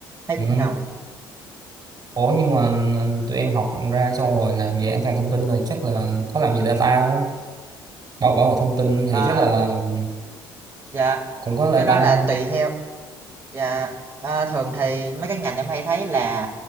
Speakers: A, on the right (about 25°); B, on the right (about 40°).
A: thấy
B: Ừ.
A: cũng ngầu
B: Ủa nhưng mà tụi em học ra xong rồi làm về an toàn thông tin rồi chắc là có làm về data không bảo bảo mật thông tin thì
A: à,
B: chắc là ừ,
A: dạ
B: cũng có data
A: cái đó là
B: không
A: tùy theo Dạ, ờ, thường thì mấy cái ngành em hay thấy là